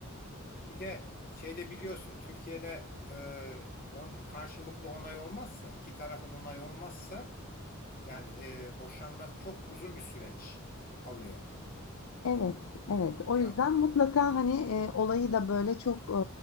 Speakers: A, on the left; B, on the left.
A: Bir de şeyde biliyorsun Türkiye'de e, on, karşılıklı onay olmazsa, iki tarafın onay olmazsa yani e, boşanma çok uzun bir süreç alıyor.
B: Evet, evet. O
A: Yani
B: yüzden mutlaka hani e, olayı da böyle çok e,